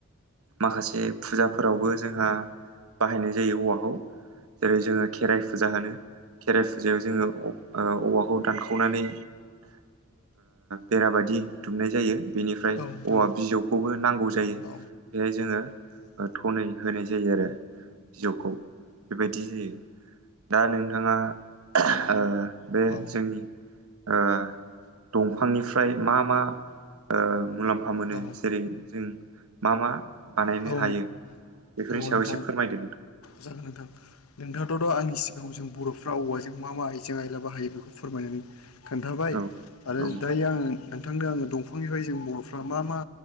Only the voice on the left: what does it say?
औ नोंथां
औ
औ
औ
औ
औ
नोंथां
जागोन नोंथां नोंथाङाथ' दहय आंनि सि- आव जों बर'फ्रा औवाजों मा मा आइजें आइला बाहायो बेखौ फोरमायनानै खोन्थाबाय
आरो
दायो आं बिथांनो आङो दंफांनिफ्राय जों बर'फ्रा मा मा